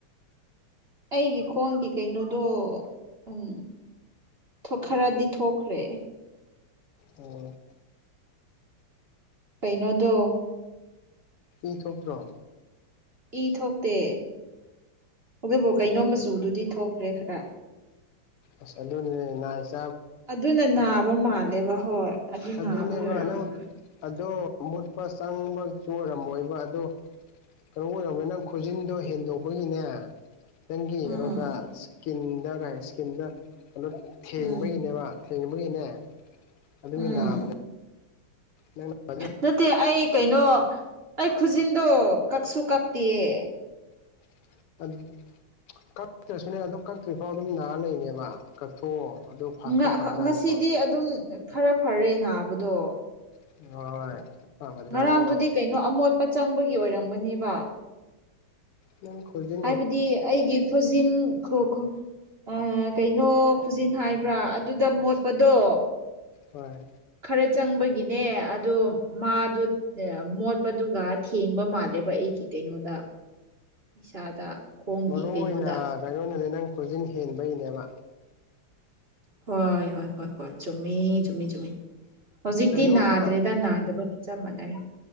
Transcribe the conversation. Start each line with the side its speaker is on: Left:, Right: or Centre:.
Right: ꯑꯩꯒꯤ ꯈꯣꯡꯒꯤ ꯀꯩꯅꯣꯗꯣ ꯎꯝ ꯊꯣꯛꯈꯔꯗꯤ ꯊꯣꯛꯈ꯭ꯔꯦ
Left: ꯑꯣ
Right: ꯀꯩꯅꯣꯗꯣ
Left: ꯏ ꯊꯣꯛꯇ꯭ꯔꯣ
Right: ꯏ ꯊꯣꯛꯇꯦ ꯑꯗꯨꯕꯨ ꯀꯩꯅꯣꯝ
Left: ꯑꯣ
Right: ꯃꯆꯨꯗꯨꯗꯤ ꯊꯣꯛꯈ꯭ꯔꯦ ꯈꯔ
Left: ꯑꯁ ꯑꯗꯨꯅꯦ ꯃꯥꯏꯁꯦ
Right: ꯑꯗꯨꯅ ꯅꯥꯕ ꯃꯥꯜꯂꯦꯕ ꯍꯣꯏ ꯑꯗꯨ
Left: ꯑꯗꯨꯅꯦꯕ
Right: ꯅꯥꯕꯒꯤ ꯑꯣꯏꯔꯝꯅꯦꯕ
Left: ꯅꯪ ꯑꯗꯣ ꯃꯨꯠꯄ ꯆꯪꯕꯁꯨ ꯑꯣꯏꯔꯝꯃꯣꯏꯕ ꯑꯗꯣ ꯀꯩꯅꯣ ꯑꯣꯏꯔꯝꯒꯅꯤ ꯅꯪ ꯈꯨꯖꯤꯟꯗꯣ ꯍꯦꯟꯗꯣꯛꯄꯒꯤꯅꯦ ꯅꯪꯒꯤ ꯀꯩꯅꯣꯗ
Right: ꯎꯝ
Left: ꯏꯁꯀꯤꯟꯗ ꯀꯩ ꯏꯁꯀꯤꯟꯗ ꯀꯩꯅꯣ ꯊꯦꯡꯕꯒꯤꯅꯦꯕ
Right: ꯎꯝ
Left: ꯊꯦꯡꯕꯒꯤꯅꯦ ꯑꯗꯨꯒꯤ
Right: ꯎꯝ
Left: ꯅꯥꯕꯅꯦ ꯅꯪꯅ
Right: ꯅꯠꯇꯦ ꯑꯩ ꯀꯩꯅꯣ ꯑꯩ ꯈꯨꯖꯤꯟꯗꯣ ꯀꯛꯁꯨ ꯀꯛꯇꯤꯌꯦ
Left: <unintelligible> ꯀꯛꯇ꯭ꯔꯁꯨꯅꯦ ꯑꯗꯣ ꯀꯛꯇ꯭ꯔꯤꯐꯥꯎ ꯑꯗꯨꯝ ꯅꯥꯔ ꯂꯩꯕꯅꯦꯕ ꯀꯛꯊꯣꯛꯑꯣ ꯑꯗꯨ ꯈꯔ
Right: ꯅ
Left: ꯐꯔꯀꯥꯟꯗꯀꯣ
Right: ꯍ ꯉꯁꯤꯗꯤ ꯑꯗꯨꯝ ꯈꯔ ꯐꯔꯦ ꯅꯥꯕꯗꯣ
Left: ꯍꯣꯏ ꯐꯕꯗꯣ
Right: ꯉꯔꯥꯡꯗꯨꯗꯤ ꯀꯩꯅꯣ ꯑꯃꯣꯠꯄ ꯆꯪꯕꯒꯤ ꯑꯣꯏꯔꯝꯒꯅꯦꯕ
Left: ꯅꯪ ꯈꯨꯖꯤꯟ
Right: ꯍꯥꯏꯕꯗꯤ ꯑꯩꯒꯤ ꯈꯨꯖꯤꯟ ꯈꯨꯔ ꯈꯨ ꯑꯥ ꯀꯩꯅꯣ ꯈꯨꯖꯤꯟ ꯍꯥꯏꯕ꯭ꯔꯥ ꯑꯗꯨꯗ ꯃꯣꯠꯄꯗꯣ
Left: ꯍꯣꯏ
Right: ꯈꯔ ꯆꯪꯕꯒꯤꯅꯦ ꯑꯗꯣ ꯃꯥꯗꯣ ꯃꯣꯠꯄꯗꯨꯒ ꯊꯦꯡꯕ ꯃꯥꯜꯂꯦꯕ ꯑꯩꯒꯤ ꯀꯩꯅꯣꯗ ꯏꯁꯥꯗ ꯈꯣꯡꯒꯤ
Left: ꯃꯔꯨ ꯑꯣꯏꯅ
Right: ꯀꯩꯅꯣꯗ
Left: ꯀꯩꯅꯣꯅꯅꯦ ꯅꯪ ꯈꯨꯖꯤꯟ ꯍꯦꯟꯕꯩꯅꯦꯕ
Right: ꯍꯣꯏ ꯍꯣꯏ ꯍꯣꯏ ꯍꯣꯏ ꯆꯨꯝꯃꯤ ꯆꯨꯝꯃꯤ ꯆꯨꯝꯃꯤ ꯍꯧꯖꯤꯛꯇꯤ
Left: ꯀꯩꯅꯣꯝꯃ
Right: ꯅꯥꯗ꯭ꯔꯦꯗ ꯅꯥꯗꯕꯒꯤ ꯆꯞ ꯃꯥꯟꯅꯔꯦ